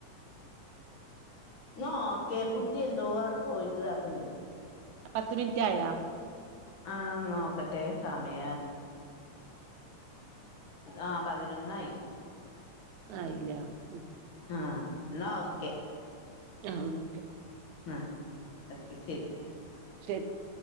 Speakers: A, on the left (about 45°); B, on the right (about 75°).
A: നോ ഓക്കേ കുട്ടി എന്തോ അവിടെ പോയിട്ട് ഇതാക്കണ്ട്
B: പത്ത് മിനിറ്റ് ആയാ
A: ആഹ് നോക്കട്ടെ സമയ ആഹ് പതിനൊന്നായി
B: ആയില്ല ഉം
A: ആഹ് എന്നാ ഓക്കെ
B: ആഹ് ഓക്കെ
A: ആഹ് ഓക്കെ ശരി
B: <unintelligible>